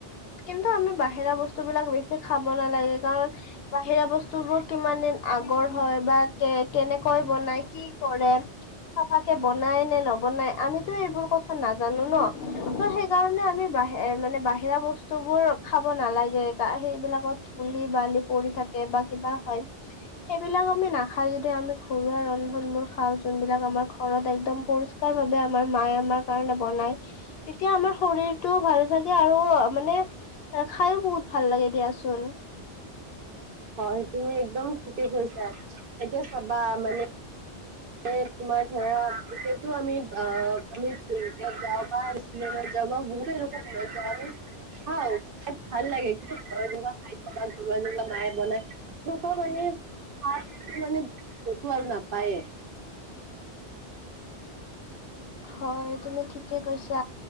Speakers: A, on the left; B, on the right.
A: কিন্তু আমি বাহিৰা বস্ বস্তুবিলাক বেছি খাব নালাগে কাৰণ বাহিৰা বস্তুবোৰ কিমান দিন আগৰ হয় বা কে কেনেকৈ বনাই কি কৰে চাফা কে বনাই নে নবনাই আমিতো এইবোৰ কথা নাজানো ন ত সেইকাৰণে আমি হে মানে বাহিৰা বস্তু বোৰ খাব নালাগে সেইবিলাক কত ধুলি বালি পৰি থাকে বা কিবা হয় সেইবিলাক আমি নাখাই যদি আমি ঘৰুৱা ৰন্ধন বোৰ খাওঁ যোনবিলাক আমাৰ ঘৰত একদম পৰিষ্কাৰ ভাবে আমাৰ মায়ে আমাৰ কাৰণে বনায় তেতিয়া আমাৰ শৰীৰটোও ভালে থা কে আৰু মানে খাইয়ো বহুত ভাল লাগে দিয়াচোন
B: হয় তুমি একদম ঠিকে কৰিছা এতিয়া চাবা মানে এ তোমাৰ ধৰা তেতিতো আমি আ আমি <unintelligible> যাওঁ বা ৰেষ্টুৰেণ্টত যা যাওঁ বা বহুতে <unintelligible> খাই খাই ভাল লাগে কিন্তু <unintelligible> জলা জলা মায়ে বনাই সেনেকুৱা মানে ভাততো মানে কতো আৰু নাপায়ে
A: হয় তুমি ঠিকে কৈছা